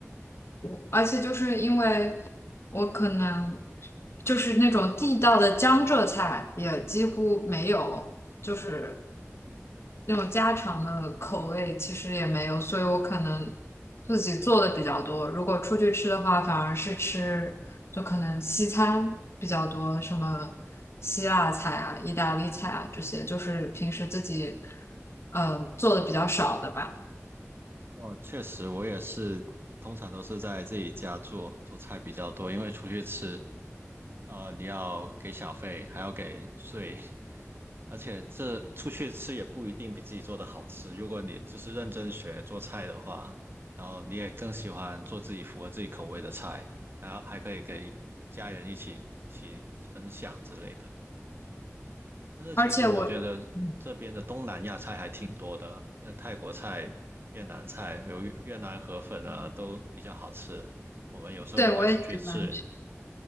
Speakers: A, on the left; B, on the right.
A: 我而且就是因为我可能就是那种地道的江浙菜也几乎没有，就是那种家常的口味其实也没有，所以我可能自己做的比较多。如果出去吃的话，反而是吃就可能西餐比较多，什么希腊菜啊、意大利菜啊这些，就是平时自己嗯、呃做的比较少的吧。
B: 哦，确实，我也是，通常都是在自己家做做菜比较多，因为出去吃，呃，你要给小费，还要给税，<laughs> 而且这出去吃也不一定比自己做的好吃。如果你就是认真学做菜的话，然后你也更喜欢做自己符合自己口味的菜，还要还可以给家人一起一起分享之类的。但是其实我觉得这边的东南亚菜还挺多的，
A: 而且我嗯，
B: 像泰国菜、越南菜，比如越越南河粉啊，都比较好吃。我们有时候也会出去吃，
A: 对我也喜欢吃。